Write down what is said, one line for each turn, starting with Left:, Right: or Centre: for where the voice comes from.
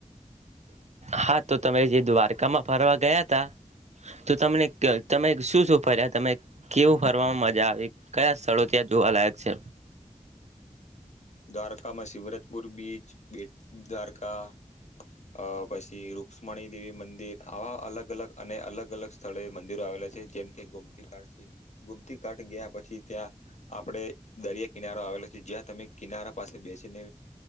Right: હા તો તમે જે દ્વારકામાં ફરવા ગયા તા તો તમને ક તમે શું શું ફર્યા તમે કેવું ફરવામાં મજા આવી કયા સ્થળો ત્યાં જોવાલાયક છે.
Left: દ્વારકામાં શિવરજપુર બીચ બેડ દ્વારકા અ પછી રુક્ષ્મણી દેવી મંદિર આવા અલગ-અલગ અને અલગ-અલગ સ્થળે મંદિરો આવેલા છે જેમ કે ગોમતી ઘાટ છે. ગુમતી ઘાટ ગયા પછી ત્યાં આપડે દરિયા કિનારો આવેલો છે જ્યાં તમે કિનારા પાસે બેસીને